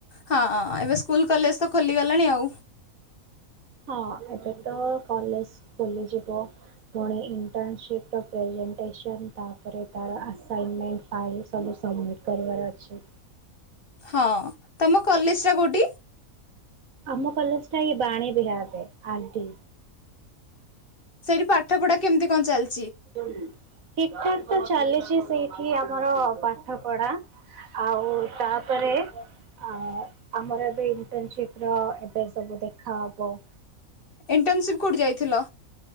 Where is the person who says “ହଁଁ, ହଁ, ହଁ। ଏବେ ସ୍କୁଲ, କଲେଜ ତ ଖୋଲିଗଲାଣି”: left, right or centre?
Left